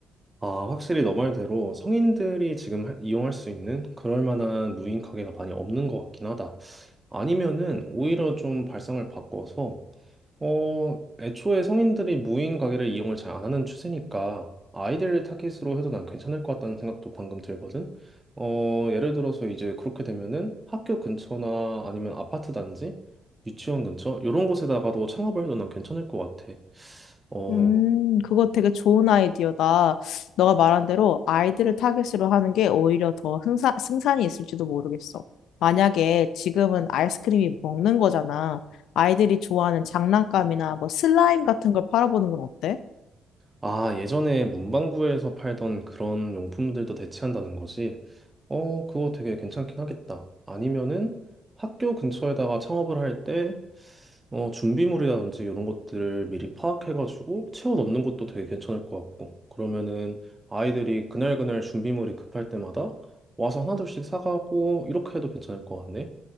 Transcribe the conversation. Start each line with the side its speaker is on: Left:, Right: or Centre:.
Right: 아, 확실히 너 말대로 성인들이 지금 하- 이용할 수 있는 그럴 만한 무인 가게가 많이 없는 것 같긴 하다. 아니면은 오히려 좀 발상을 바꿔서 어, 애초에 성인들이 무인 가게를 이용을 잘 안 하는 추세니까 아이들 타깃으로 해도 난 괜찮을 것 같다는 생각도 방금 들거든. 어, 예를 들어서 이제 그렇게 되면은 학교 근처나 아니면 아파트 단지, 유치원 근처 이런 곳에다가도 창업을 해도 난 괜찮을 것 같아. 어,
Left: 음, 그거 되게 좋은 아이디어다. 너가 말한 대로 아이들을 타겟으로 하는 게 오히려 더 승산, 승산이 있을지도 모르겠어. 만약에 지금은 아이스크림이 먹는 거잖아. 아이들이 좋아하는 장난감이나 뭐 슬라임 같은 걸 팔아보는 건 어때?
Right: 아, 예전에 문방구에서 팔던 그런 용품들도 대체한다는 거지. 어, 그거 되게 괜찮긴 하겠다. 아니면은 학교 근처에다가 창업을 할때 어, 준비물이라든지 이런 것들을 미리 파악해가지고 채워 넣는 것도 되게 괜찮을 것 같고, 그러면은 아이들이 그날그날 준비물이 급할 때마다 와서 하나둘씩 사가고, 이렇게 해도 괜찮을 것 같네.